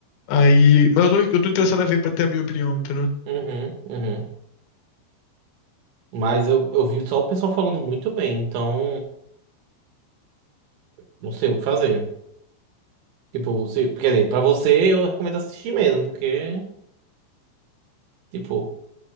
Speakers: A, on the left; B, on the right.
A: Aí. Mas eu tô, eu tô interessado a ver pra ter a minha opinião, entendeu?
B: Uhum, uhum. Mas eu, eu vi só o pessoal falando muito bem, então não sei o que fazer. Tipo, se, quer dizer, pra você eu recomendo assistir mesmo, porque, tipo,